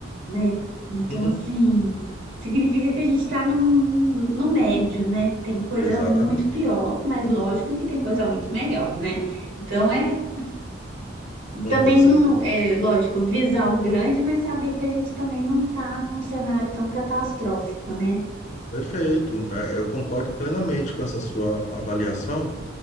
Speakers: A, on the right (about 85°); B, on the left (about 40°).
A: né? Então,
B: Uhum,
A: assim, significa que a gente tá num, no médio, né? Tem coisa
B: exatamente.
A: muito pior, mas lógico que tem coisa muito melhor, né? Então, é
B: Com
A: também
B: toda certeza.
A: não, é lógico, visar o grande, mas saber que a gente também não tá num cenário tão catastrófico, né?
B: Perfeito. É, Eu concordo plenamente com essa sua avaliação.